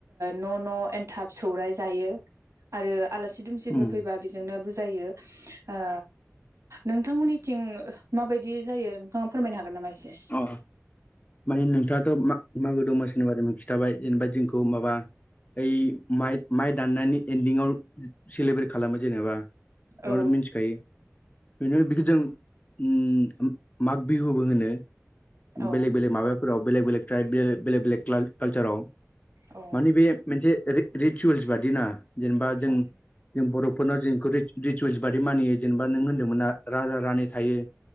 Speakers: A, on the right; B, on the left.
A: न' न' एनथाब सौराइ जायो। आरो आलासि दुमसिफोर
B: उम
A: फैबा बेजोंनो बुजायो। ओ नोंथांमोननिथिं माबायदि जायो नोंथाङा फोरमायनो हागोन नामा एसे?
B: अ माने नोंथाङाथ' मा मागो दमासिनि बारै खिन्थाबाय जेनेबा जोंखौ माबा ओइ माइ माइ दाननायनि एन्दिंआव सेलेब्रेट खालामो जेनेबा। बावनो
A: औ
B: मिनथिखायो बेनो बिखौ जों उम माग बिहुबो होनो।
A: औ
B: बेलेग बेलेग माबाफोराव बेलेक बेलेक ट्राइब बे बेलेक बेलेक क्ला कालचाराव
A: औ
B: माने बे मोनसे रे रिसुयेल्स बादिना जेनेबा जों
A: औ
B: जों बर'फोरनाव जोंखौ रिसुवेल्स बादि मानियो जेनेबा नों होन्दों मोन्ना राजा रानि थायो।